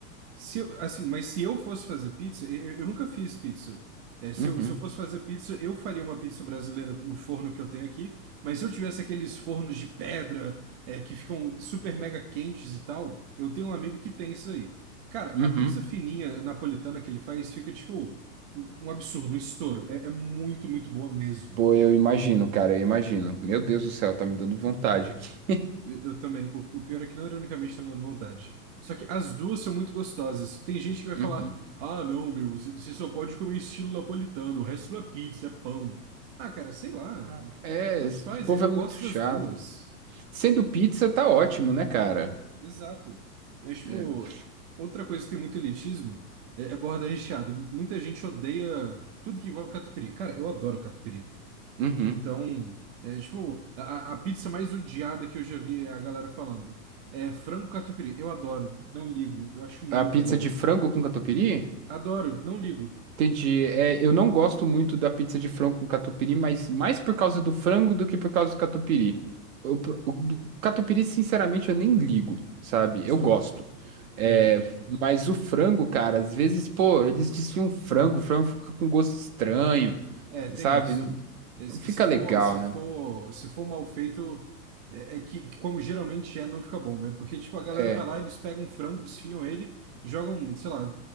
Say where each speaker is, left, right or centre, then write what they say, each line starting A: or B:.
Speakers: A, on the right; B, on the right.
A: Se eu- assim, mas se eu fosse fazer pizza, eu, eu nunca fiz pizza. É, se
B: Uhum.
A: eu, se eu fosse fazer pizza, eu faria uma pizza brasileira no forno que eu tenho aqui. Mas se eu tivesse aqueles fornos de pedra, é, que ficam super mega quentes e tal, eu tenho um amigo que tem isso aí. Cara,
B: Uhum.
A: a pizza fininha napolitana que ele faz fica, tipo, um um absurdo, um estouro. É, é muito, muito boa mesmo.
B: Pô, eu imagino, cara, eu imagino. Meu Deus do céu, tá me dando vontade aqui.
A: Eu, eu também. O, o pior é que não ironicamente tá me dando vontade. Só que as duas são muito gostosas. Tem gente que vai falar:
B: Uhum.
A: Ah, não, meu, você você só pode comer estilo napolitano, o resto não é pizza, é pão. Ah, cara, sei lá.
B: Ah, É,
A: Tanto
B: esse
A: faz,
B: povo
A: eu
B: é
A: gosto
B: muito chato.
A: das duas.
B: Sendo pizza, tá ótimo, né, cara?
A: Exato. Mas, tipo,
B: É.
A: outra coisa que tem muito elitismo é, é borda recheada. Muita gente odeia tudo que envolve catupiry. Cara, eu adoro catupiry.
B: Uhum.
A: Então, é, tipo, a, a pizza mais odiada que eu já vi a galera falando é frango catupiry. Eu adoro, não ligo, eu acho muito
B: A pizza
A: bom.
B: de frango com catupiry?
A: Adoro, não ligo.
B: Entendi. É, eu não gosto muito da pizza de frango com catupiry, mas mais por causa do frango do que por causa do catupiry. O, pr- o do catupiry, sinceramente, eu nem ligo, sabe?
A: Funciona.
B: Eu gosto.
A: Uhum.
B: É, mas o frango, cara, às vezes, pô, eles desfiam frango, o frango fica com gosto estranho,
A: É, tem
B: sabe?
A: isso.
B: Não,
A: É,
B: não
A: Se
B: fica
A: se for,
B: legal,
A: se
B: né?
A: for, se for mal feito, é, é que, como geralmente é, não fica bom, né? Porque, tipo, a galera
B: É,
A: vai lá, eles pegam um frango, desfiam ele, jogam, sei lá,